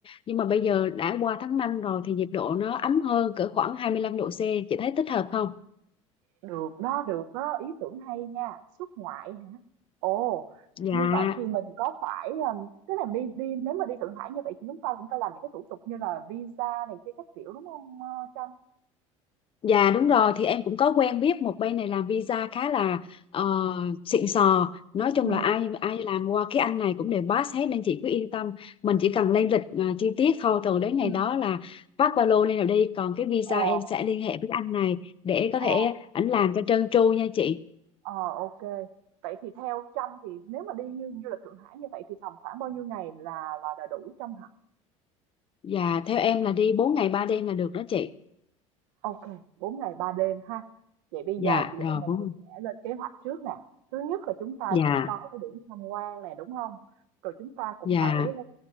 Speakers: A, on the left; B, on the right.
A: nhưng mà bây giờ đã qua tháng 5 rồi thì nhiệt độ nó ấm hơn cỡ khoảng hai mươi lăm độ C chị thấy thích hợp không
B: Được đó, được đó, ý tưởng hay nha. Xuất ngoại hả? Ồ,
A: dạ
B: như vậy thì mình có phải, ờm, tức là đi đi nếu mà đi Thượng Hải như vậy thì chúng ta cũng phải làm những cái thủ tục như là visa này kia các kiểu, đúng không ơ, Trâm?
A: Dạ đúng rồi thì em cũng có quen biết một bên này làm visa khá là ờ, xịn sò nói chung
B: Ừ
A: là ai ai làm qua cái anh này cũng đều pass hết nên chị cứ yên tâm mình chỉ cần lên lịch ờ, chi tiết thôi rồi đến ngày
B: ừ
A: đó là vác ba lô lên rồi đi còn cái visa
B: ờ,
A: em sẽ liên hệ với cái anh này để có
B: ờ,
A: thể ảnh làm cho trơn tru nha chị
B: ờ, ok Vậy thì theo Trâm thì nếu mà đi như du lịch Thượng Hải như vậy thì tầm khoảng bao nhiêu ngày là là là đủ Trâm hả?
A: dạ theo em là đi 4 ngày 3 đêm là được đó chị
B: Ok, 4 ngày 3 đêm ha. Vậy bây
A: dạ
B: giờ chị
A: rồi
B: em mình
A: 4
B: sẽ lên kế hoạch trước nè. Thứ nhất là chúng ta
A: dạ
B: sẽ coi cái điểm tham quan này đúng không? Rồi chúng ta cũng
A: dạ
B: phải